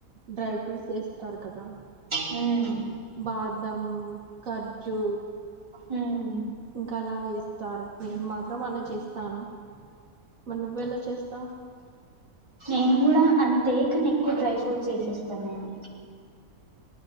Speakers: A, on the right (about 65°); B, on the right (about 20°).
A: డ్రై ఫ్రూట్స్ వేస్తారు కదా
B: హమ్
A: బాదమ్ ఖాజు
B: ఉమ్, ఉహు.
A: ఇంకా అలా వేస్తారు నేను మాత్రం అలా చేస్తాను మరి నువ్వు ఎలా చేస్తావు
B: నేను కూడా అంతే కానీ ఎక్కువ డ్రై ఫ్రూట్స్ వేసేస్తాను నేను